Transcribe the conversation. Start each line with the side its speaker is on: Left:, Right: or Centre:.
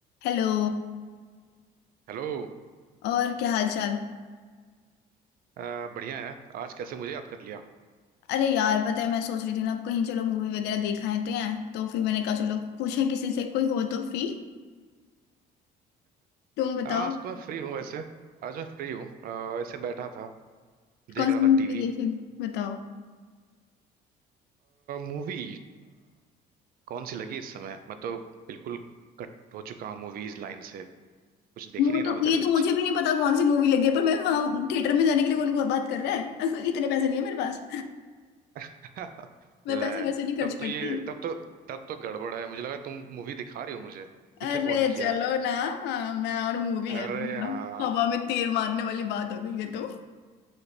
Left: Hello
Right: Hello
Left: और क्या हाल चाल
Right: अ, बढ़िया है आज कैसे मुझे याद कर लिया
Left: अरे यार पता है मैं सोच रही थी ना कहीं चलो मूवी वगैरह देखा आते हैं तो फिर मैंने कहा चलो पूछें किसी से कोई हो तो फ्री तुम बताओ
Right: आज तो मैं फ्री हूँ वैसे आज मैं फ्री हूँ अ, ऐसे बैठा था देख
Left: कौन
Right: रहा
Left: सी
Right: था
Left: मूवी
Right: टीवी
Left: देखे बताओ
Right: मूवी कौन सी लगी इस समय मैं तो बिल्कुल कट हो चुका हूँ मूवीज लाइन से कुछ देख
Left: वो
Right: ही नहीं रहा
Left: तो
Right: हूँ इधर
Left: ये
Right: बीच
Left: तो मुझे भी नहीं पता कौन सी मूवी लगी है पर मैं वहां थिएटर में जाने के लिए कौन को बात कर रहा है <laughs> इतने पैसे नहीं है मेरे पास
Right: <laughs>
Left: <laughs> मैं
Right: ले
Left: पैसे वैसे
Right: तब
Left: नहीं खर्च
Right: तो
Left: करती
Right: ये तब तो तब तो गड़बड़ है मुझे लगा तुम मूवी दिखा रही हो मुझे
Left: अरे
Right: इसलिए फोन किया
Left: चलो ना हाँ, मैं और मूवी
Right: अरे
Left: है
Right: हाँ
Left: हवा में तीर मारने वाली बात हो गई ये तो